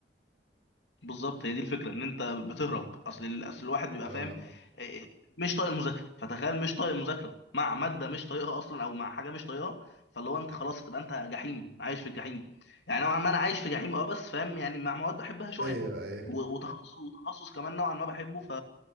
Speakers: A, on the left; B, on the right.
A: بالظبط هي دي الفكره ان انت بتهرب اصل ال- اصل الواحد بيبقى
B: اه
A: فاهم إيه، مش طايق المذاكره فتخيل مش طايق المذاكره مع ماده مش طايقها اصلا او مع حاجه مش طايقها فاللي هو انت خلاص تبقى انت جحيم عايش في الجحيم يعني نوعا ما انا عايش في جحيم اه بس فاهم يعني مع مواد بحبها شويه
B: ايوه ايوه
A: و- وتخصص وتخصص كمان نوعا ما بحبه ف